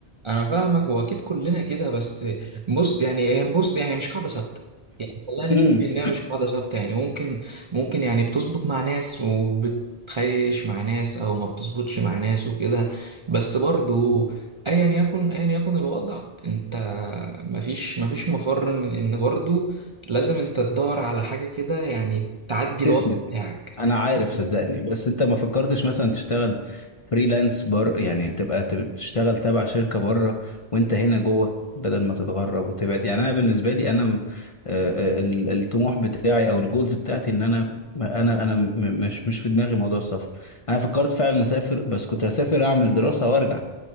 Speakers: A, on the right (about 45°); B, on the left (about 40°).
A: انا فاهمك واكيد كلنا كده بس بص يعني هي بص يعني مش قاعده ثابته يعني خلينا
B: <clears throat>
A: نتفق ان هي مش قاعده ثابته يعني ممكن ممكن يعني بتظبط مع ناس وبتخيش مع ناس او ما بتظبطش مع ناس وكده بس برضو ايا يكن ايا يكن الوضع انت مفيش مفيش مفر من ان برضو لازم انت تدور على حاجه كده يعني تعدي الوضع
B: تسند
A: بتاعك
B: انا
A: <laughs>
B: عارف صدقني بس انت ما فكرتش مثلا تشتغل فريلانس بر يعني تبقى تب- تشتغل تبع شركة بره وانت هنا جوه بدل ما تتغرب وتبعد يعني انا بالنسبة لي انا م- آه، آه، ال- الطموح بتاعي او الجولز بتاعتي ان انا انا انا م- مش مش في دماغي موضوع السفر انا فكرت فعلا اسافر بس كنت هسافر اعمل دراسة وارجع